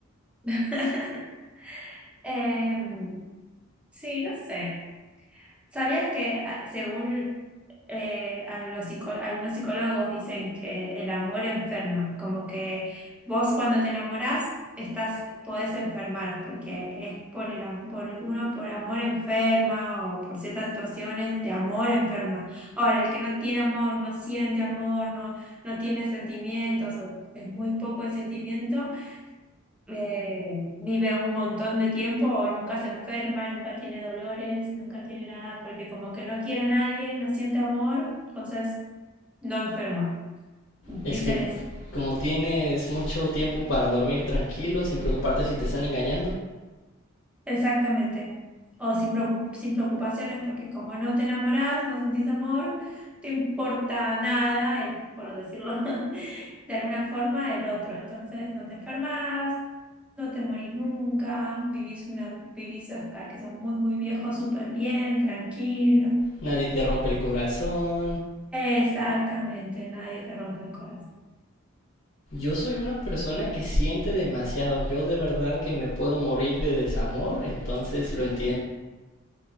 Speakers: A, in the centre; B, on the left (about 75°).
A: <laughs> Em, sí, no sé. ¿Sabías que a- según eh, a los psico- algunos psicólogos dicen que el amor enferma? Como que vos cuando te enamorás estás, podés enfermar, porque es por el, am- por uno por amor enferma o por ciertas situaciones de amor enferma. Ahora, el que no tiene amor, no siente amor, no, no tiene sentimientos, o es muy poco el sentimiento eh, vive un montón de tiempo o nunca se enferma, nunca tiene dolores, nunca tiene nada, porque como que no quiere a nadie, no siente amor, entonces no enferma. Dicen
B: Es que
A: eso.
B: como tienes mucho tiempo para dormir tranquilo, sin preocuparte si te están engañando,
A: Exactamente. O sin preocu- sin preocupaciones, porque como no te enamorás, no sentís amor, te importa nada, el- por decirlo <laughs> de alguna forma, el otro. Entonces no te enfermas, no te morís nunca, vivís, una, vivís hasta que sos muy, muy viejo, súper bien, tranquilo.
B: nadie te rompe el corazón,
A: Exactamente, nadie te rompe el corazón.
B: Yo soy una persona que siente demasiado. Yo de verdad que me puedo morir de desamor, entonces lo entiendo.